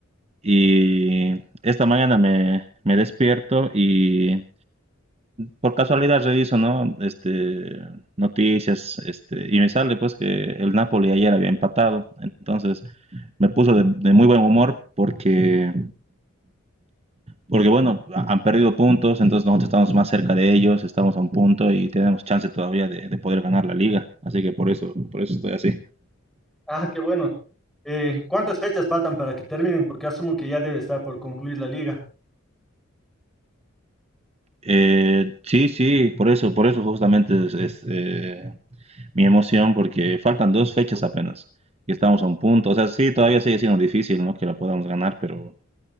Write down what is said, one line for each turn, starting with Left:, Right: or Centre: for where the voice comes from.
Right: Y esta mañana me, me despierto y por casualidad reviso, ¿no? Este, noticias, este, y me sale pues que el Napoli ayer había empatado. Entonces me puso de, de muy buen humor porque Porque bueno, ha- han perdido puntos, entonces nosotros estamos más cerca de ellos, estamos a un punto y tenemos chance todavía de, de poder ganar la liga. Así que por eso, por eso estoy así.
Centre: Ah, qué bueno. Eh, ¿cuántas fechas faltan para que terminen? Porque asumo que ya debe estar por concluir la liga.
Right: Eh, sí, sí, por eso, por eso justamente es, es, eh, mi emoción, porque faltan dos fechas apenas y estamos a un punto. O sea, sí, todavía sigue siendo difícil, ¿no? Que la podamos ganar, pero